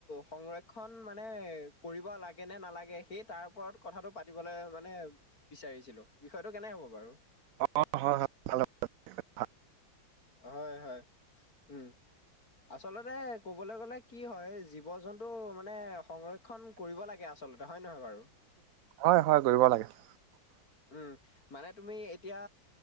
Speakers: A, on the left; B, on the right.
A: সংৰক্ষণ কৰি লাগে নে নালাগে সেই তাৰ ওপৰত কথাটো পাতিবলৈ মানে বিচাৰিছিলো। বিষয়টো কেনে হ'ব। বাৰু
B: অ হয় হয় ভালাল <unintelligible>
A: হয় হয় উম' আচলতে ক'বলৈ গ'লে কি হয় জীৱ জন্তু <unintelligible> টো মানে সংৰক্ষণ কৰিব লাগে আচলতে, হয় নহয় বাৰু,
B: হয় কৰিব লাগে <unintelligible>
A: উম' মানে তুমি এতিয়া